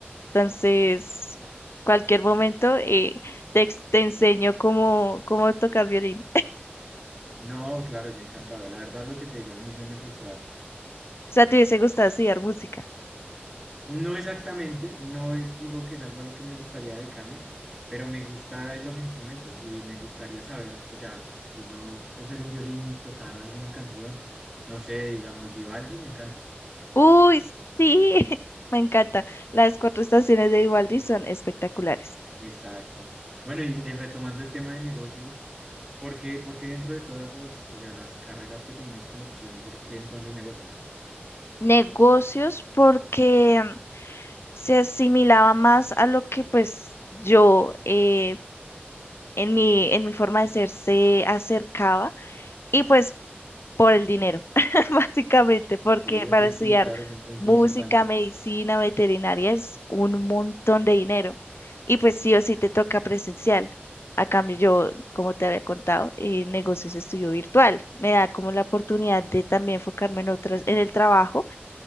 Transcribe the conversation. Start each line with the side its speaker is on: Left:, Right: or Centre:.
Left: Entonces, cualquier momento eh, te, ex- te enseño cómo, cómo tocar violín.
Centre: No, claro, yo encantado. La verdad, lo que te digo es mi sueño frustrado.
Left: O sea, ¿te hubiese gustado estudiar música?
Centre: No exactamente, no es, digo que es algo a lo que me gustaría dedicarme, pero me gustan los instrumentos y me gustaría saber, o sea, que yo coger un violín y tocar alguna canción, no sé, digamos Vivaldi, me encanta.
Left: Uy, sí, <laughs> me encanta. Las cuatro estaciones de Vivaldi son espectaculares.
Centre: Exacto. Bueno, y, y retomando el tema de negocios, ¿por qué, por qué dentro de todas las, o sea, las carreras que tenías como opción, ¿por qué entonces negocios?
Left: Negocios porque se asimilaba más a lo que pues yo eh, en mi, en mi forma de ser se acercaba y pues por el dinero, <laughs> básicamente, porque
Centre: Ok,
Left: para
Centre: ok,
Left: estudiar
Centre: sí, claro, es un punto
Left: música,
Centre: importante.
Left: medicina, veterinaria es un montón de dinero y pues sí o sí te toca presencial. A cambio, yo, como te había contado, eh, negocios estudio virtual. Me da como la oportunidad de también enfocarme en otras, en el trabajo